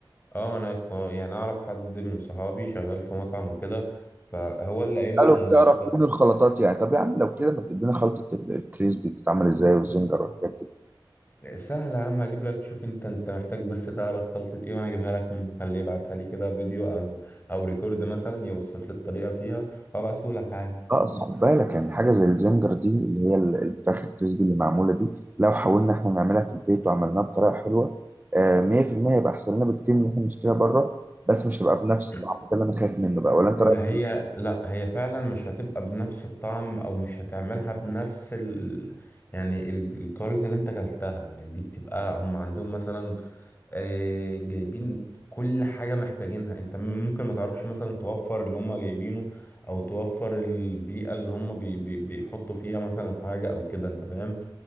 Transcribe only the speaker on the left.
اه أنا ك- يعني أعرف حد من صحابي شغال في مطعم وكده فهو اللي قايل
لي على الموضوع
ده
سهلة يا عم اجيب لك شوف انت انت محتاج بس تعرف خلطة ايه وانا اجيبها لك منه خليه يبعتها لي كده فيديو او او ريكورد مثلا يوصف لي الطريقة فيها وابعته لك عادي
<clears throat>
ما
هي لا هي فعلا مش هتبقى بنفس الطعم او مش هتعملها بنفس ال يعني ال- الكواليتي اللي انت اكلتها دي بتبقى هم عندهم مثلا آه، جايبين كل حاجة محتاجينها انت ممكن ما تعرفش مثلا توفر اللي هم جايبينه او توفر البيئة اللي هم بي بي بيحطوا فيها مثلا حاجة او كده انت فاهم